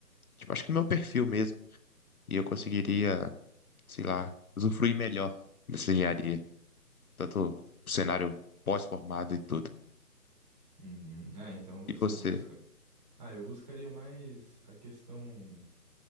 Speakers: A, on the left; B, on the right.
A: tipo, acho que no meu perfil mesmo. E eu conseguiria, sei lá, usufruir melhor dessa engenharia, tanto o cenário pós-formado e tudo.
B: Uhum. Ah, então você
A: E você?
B: busca. Ah, eu buscaria mais a questão